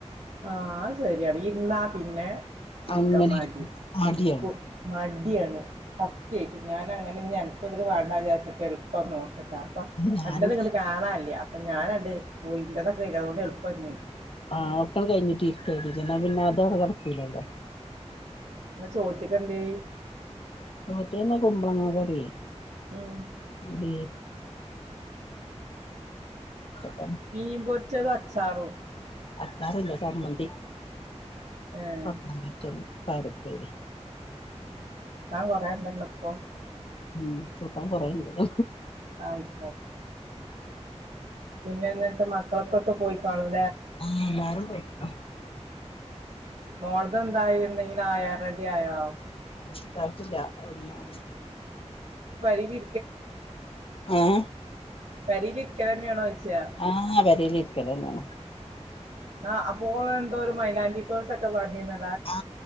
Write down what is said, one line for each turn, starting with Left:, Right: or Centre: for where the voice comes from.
Right: ആഹ് അത് ശരിയാണ് ഇര്ന്നാ പിന്നെ ഇടുക്കാൻ
Left: അങ്ങനെ
Right: മടി
Left: ഇരിക്കും മടിയാണ്
Right: ഇർക്കും മട്യാണ് സത്യായിട്ട് ഞാൻ അങ്ങനെ ഞ്ഞ് അൻക്. ഒരിത് വേണ്ട വിചാരിച്ചിട്ട് എളുപ്പം നോക്ക <unintelligible> അപ്പം
Left: ഞാന്
Right: അൻ്റത് ഇങ്ങട്ട് കാണാല്ല അപ്പൊ ഞാനണ്ട് പോയിതൊക്കെ എന്റേത് എളുപ്പം കഴിഞ്ഞതുകൊണ്ട് എളുപ്പംന്ന
Left: ആഹ് ഒക്കെ കഴിഞ്ഞിട്ട് ഇര്ക്കാ നല്ലത് എന്നാ പിന്നെ അതോടെ കിടക്കൂലല്ലോ
Right: ഇന്ന് ചോറ്റ്ക്കെന്തേ
Left: പേര്ക്ക്ന്ന് കുമ്പളങ്ങ കറി
Right: ഉം
Left: അത് <unintelligible>
Right: മീൻ പൊരിച്ചതും അച്ചാറും.
Left: അച്ചാറില്ല ചമ്മന്തി
Right: ഏഹ്
Left: പപ്പടം പൊരിച്ചതും പയർ ഉപ്പേരി
Right: കൂട്ടാൻ കൊറണ്ടല്ലോ ഇപ്പൊ
Left: ഉം കൂട്ടൻ കുറേയുണ്ട്.
Right: ആയിക്ക പിന്നെ എന്നിട്ട് മക്കളൊക്കെ പോയിക്കണുന്നു
Left: ആഹ് എല്ലാരും പോയിരിക്കുന്നു
Right: മേൾക് എന്തായി എന്തെങ്കിലും ആയാ റെഡി ആയാോ?
Left: ആഹ് ആയിട്ടില്ല ഒന്നും
Right: പഴതി
Left: ആഹ
Right: പെരേല് ഇരിക്കലെന്നെയാണോ ചോയ്ച്ചാ
Left: ആഹ് പേരിലിരിക്കല്ലെന്നേ
Right: ആ അപ്പോൾ എന്തോ ഒരു മൈനാംഗി കോഴ്സ ഒക്കെ പറഞ്ഞിന്ന
Left: ആ